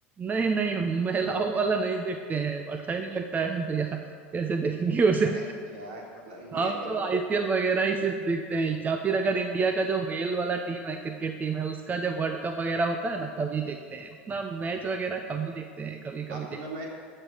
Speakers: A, on the right; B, on the right.
A: नहीं नहीं महिलाओं वाला नहीं देखते हैं
B: अरे
A: अच्छा ही नहीं लगता है भैया कैसे देखेंगे उसे
B: अरे क्या है? मतलब ये
A: हम
B: तो
A: तो आईपीएल वगैरह ही सिर्फ देखते
B: <laughs>
A: हैं या फिर अगर इंडिया का जो मेल वाला टीम है क्रिकेट टीम है उसका जब वर्ल्ड कप वगैरह होता है ना तभी देखते हैं उतना मैच वगैरह कम ही देखते हैं कभी
B: अब
A: कभी
B: तुम्हें
A: देख
B: मैं